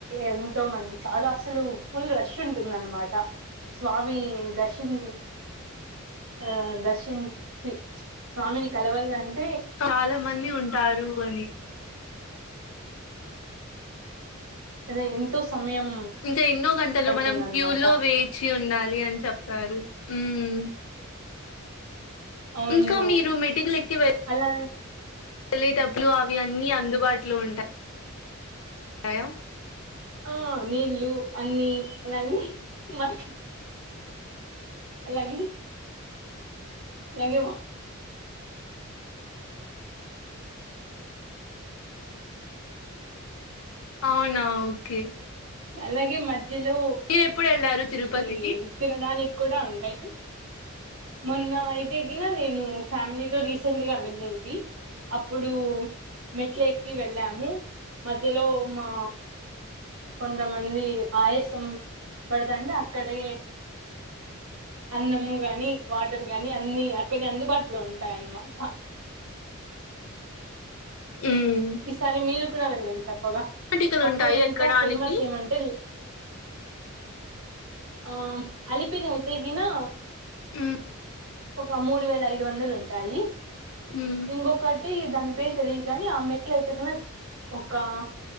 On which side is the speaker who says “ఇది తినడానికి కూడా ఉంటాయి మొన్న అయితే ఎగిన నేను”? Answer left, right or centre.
Right